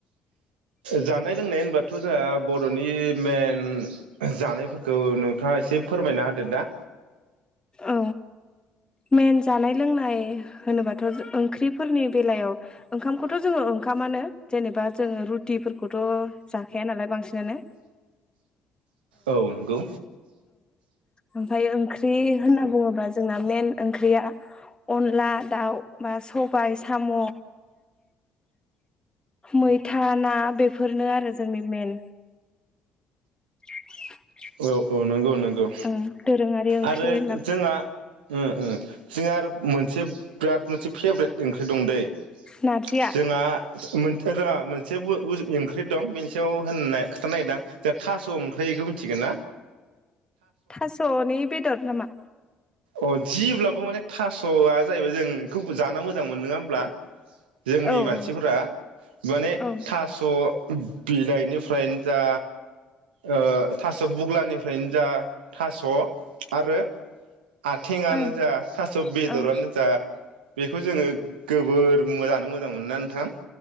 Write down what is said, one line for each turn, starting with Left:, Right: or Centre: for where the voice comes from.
Right: जानाय लोंनाय होनबथ' जोंहा बर'नि मे ओम जानायफोरखौ नोंथाङा एसे फोरमायना होदो दा।
Left: औ मेन जानाय लोंनाय होनोबाथ' ओंख्रिफोरनि बेलायाव ओंखामखौथ' जोङो ओंखामानो जेनेबा जोङो रुटिफोरखौथ' जाखाया नालाय बांसिनानो।
Right: औ नंगौ।
Left: ओमफ्रायो ओंख्रि होनना बुङोबा जोंना मेन ओंख्रिया अनला दाउ बा सबाय साम' मैथा ना बेफोरनो आरो जोंनि मेन <inaudible>
Right: औ औ नंगौ नों गौ
Left: ओं दोरोङारि ओंख्रि
Right: आरो
Left: होनना
Right: जोंहा ओ ओ। जोंहा आरो मोनसे बिराद मोनसे फेब्रेत ओंख्रि दं दै।
Left: नारजिया
Right: जोंहा मोन र मोनसे बु बुस ओंख्रि दं बेनि सायाव होननाय खोथा नागिरां जोआ थास' ओंख्रिखौ मिथि गोना?
Left: थास'नि बेदर नामा?
Right: अ जिब्लाबो माने थास'आ जाहैबाय जों खौ जानो मोजां मोन नङा होमब्ला? जोंनि
Left: औ
Right: मानसिफोरा
Left: औ
Right: माने
Left: औ
Right: थास' बिलाइनिफ्रायनो जा ओ थास' बुग्लानि फ्रायनो जा थास' आरो आथेंआनो
Left: ओं
Right: जा थास' बेदरानो
Left: ओं
Right: जा। बेखौ जोङो जोबोर मोजां मोजां मोनो ना नोंथां?